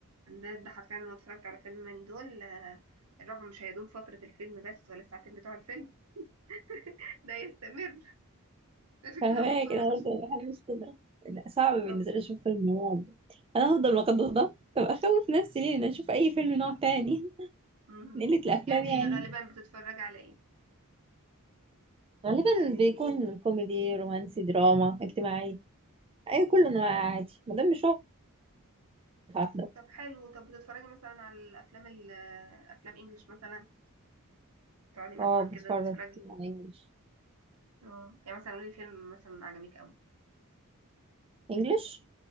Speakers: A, on the right (about 75°); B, on the right (about 25°).
A: ده ده حرفيا انا اتفرجت على فيلم من دول آه، الرعب مش هيدوم فترة الفيلم بس ولا الساعتين بتوع الفيلم <laughs> ده يستمر عشان
B: فاهمة
A: كده ما بتفرجش
B: كده برضه حاجة مش كده لا صعب بالنسبة
A: طب
B: لي اشوف فيلم رعب انا هفضل مقدوس ده طب اخوف نفسي ليه إن أنا اشوف اي فيلم نوع تاني <laughs>
A: مم.
B: من قلة الافلام
A: يعني انت
B: يعني
A: غالبا بتتفرجي على ايه
B: غالبا بيكون كوميدي رومانسي دراما اجتماعي اي كل انواع عادي ما دام مش رعب هحضر
A: طب حلو طب بتتفرجي مثلا على الافلام ال- افلام انجليش مثلا تقعدي مثلا
B: اه
A: كده
B: بتفرج
A: تتفرجي
B: كتير على انجلش
A: اه يعني مثلا قولي فيلم مثلا عجبك قوي
B: انجلش